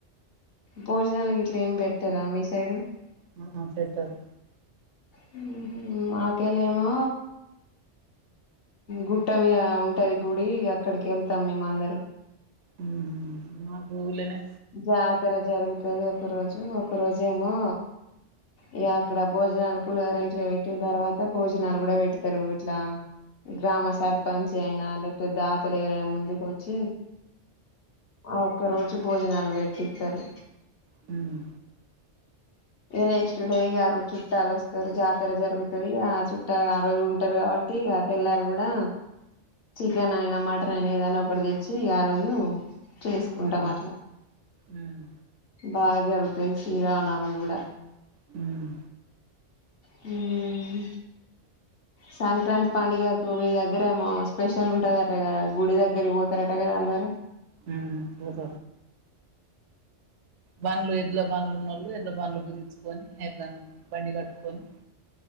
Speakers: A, on the left; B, on the right.
A: భోజనాలు గిట్ల ఏమ్ పెట్టరా మీ సైడు
B: హు హు పెట్టరు
A: హుమ్ హు మాతెలోనా గుట్టమీద ఉంటది గుడి అక్కడికి వెళ్తాం మేం అందరం
B: హుమ్ హు మాక్ ఊలనే
A: జాతర జరుగుతది ఒక రోజు ఒక రోజెమో ఇగ అక్కడ భోజనాలు పులిహర ఇట్లా పెట్టిన తర్వాత భోజనాలు కూడా పెడతారు ఇట్లా గ్రామ సర్పంచ్ అయినా లేకపోతే దాతలు ఎవరైనా ముందుకు వచ్చి ఆ ఒక్కరోజు భోజనాలు పెట్టిత్తరు
B: హుమ్
A: నెక్స్ట్ డే ఇగ ఆ రోజు చుట్టాలు వస్తరు జాతర జరుగుతది ఆ చుట్టాలు ఆ రోజు ఉంటారు కాబట్టి ఆ తెల్లారు గుడా చికెన్ అయినా మటన్ అయినా ఏదైనా ఒకటి తెచ్చి ఆ రోజు చేసుకుంటాం
B: ఉమ్
A: అట్ల
B: ఉమ్
A: బాగా జరుగుతు జై శ్రీరామ్ నవమి గూడ
B: హుమ్
A: హుమ్ సంక్రాంతి పండుగకి మీ దగ్గరేమో స్పెషల్ ఉంటందట కదా గుడి దగ్గరి పోతారట కదా అందరూ
B: హుమ్ పూజ బండ్లు ఎడ్ల బంలు ఉన్నోళ్ళు ఎడ్ల బండ్లు బిగిచుకొని ఎడ్లన బండి కట్టుకొని